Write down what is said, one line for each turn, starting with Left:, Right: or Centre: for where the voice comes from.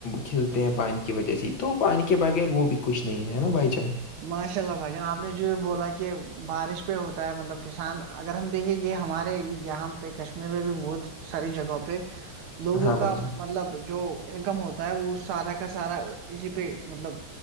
Left: کھلتے ہیں پانی وجہ سے تو پانی کے بغیر وہ بھی کچھ نہیں ہے نا بائی چانس
Right: ماشاء اللہ بھائی جان آپ نے جو بولا کہ بارش پہ ہوتا ہے مطلب کسان اگر ہم دیکھیے یہ ہمارے یہاں پہ کشمیر میں بھی بہت ساری جگہوں پہ لوگوں
Left: ہاں
Right: کا
Left: بھائی جان
Right: مطلب جو انکم ہوتا ہے وہ سارا کا سارا اسی پہ مطلب